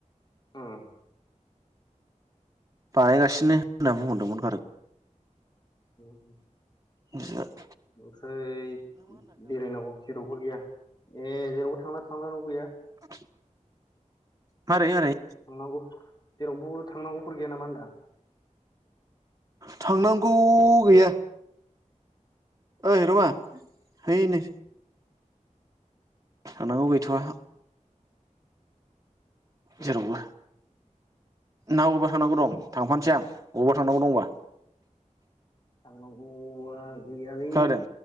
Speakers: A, on the left; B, on the right.
A: उम
B: बानायगासिनो होनना बुंहरदोंमोन बारु
A: <inaudible>
B: जोंसा <unintelligible>
A: ओमफ्राय बेरायनांगौ जेरावबो गैया ए जेरावबो थांला थांला नांगौ गैया
B: <inaudible> मारै मारै
A: थांनांगौ जेरावबो थांनांगौफोर गैया नामा होनदां?
B: थांनांगौ गैया ओइ र'मा है नै थानांगौ गैथ'वा जेरावबो
A: उम
B: ना बबावबा थांनांगौ दं थांफानोसै आं बबावबा थांनांगौ दंबा
A: थांगौआ गैयालै
B: खोनादों